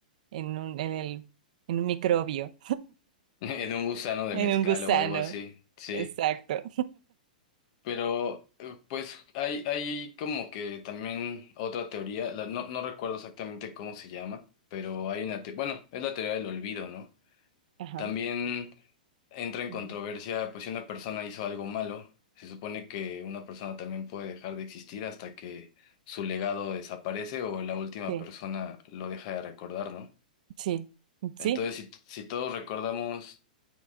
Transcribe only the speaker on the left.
<laughs> En un gusano
de
mezcal
o algo así, sí.
Pero eh, pues hay, hay como que también otra teoría, la- no, no recuerdo exactamente cómo se llama, pero hay una, te- bueno, es la teoría del olvido, ¿no?
También entra en
controversia, pues si una persona hizo algo malo, se supone que una persona también puede dejar de existir hasta que su legado desaparece o la última
persona lo deja de recordar, ¿no?
Entonces,
si, si todos recordamos,